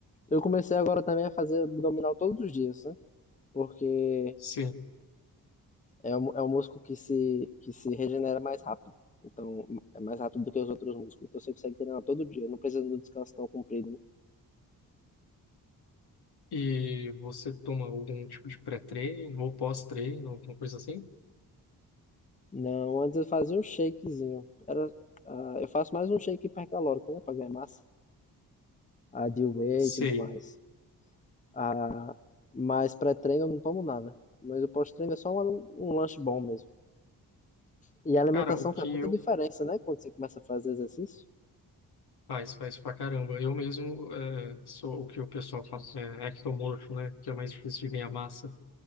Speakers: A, on the left; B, on the left.
A: Eu comecei agora também a fazer abdominal todos os dias, né? Porque
B: Sim.
A: É um, é um músculo que se, que se regenera mais rápido. Então, é mais rápido do que os outros músculos. Então, você consegue treinar todo dia. Não precisa de um descanso tão comprido, né?
B: E você toma algum tipo de pré-treino ou pós-treino, alguma coisa assim?
A: Não, antes eu fazia um shakezinho. Era, ah, eu faço mais um shake hipercalórico, né? Pra ganhar massa. A de whey
B: Sei.
A: e tudo mais. Ah, mas pré-treino eu não tomo nada. Mas o pós-treino é só um, um lanche bom mesmo. E a alimentação
B: Cara, o que
A: faz muita
B: eu
A: diferença, né? Quando você começa a fazer exercício.
B: Faz, faz pra caramba. Eu mesmo eh, sou o que o pessoal fala, é ectomorfo, né? Que é mais difícil de ganhar massa.